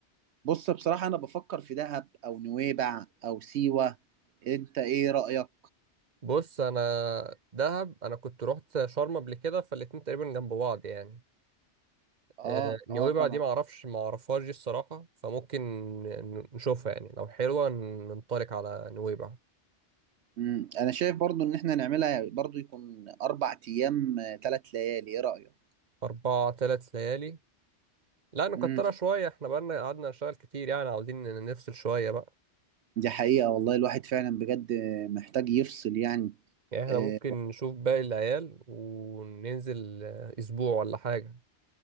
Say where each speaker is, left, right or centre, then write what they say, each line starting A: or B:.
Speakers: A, on the right; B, on the right.
A: بص بصراحة انا بفكر في دهب او نويبع او سيوة انت ايه رأيك
B: بص انا دهب انا كنت رحت شرم قبل كده فالاتنين تقريبا جنب بعض يعني آه،
A: اه
B: نويبع
A: اه طبعا
B: دي معرفش معرفهاش دي الصراحة فممكن ن- نشوفها يعني لو حلوة ن- ننطلق على نويبع
A: مم. انا شايف برضو ان احنا نعملها برضو يكون اربع ايام ثلاث ليالي ايه رأيك
B: أربع تلات ليالي لا نكترها
A: مم.
B: شوية احنا بقالنا قعدنا نشتغل كتير يعني عاوزين ن- نفصل شوية بقى
A: دي حقيقة والله الواحد فعلا بجد محتاج يفصل يعني
B: يعني احنا
A: آه،
B: ممكن نشوف باقي العيال وننزل آه، أسبوع ولا حاجة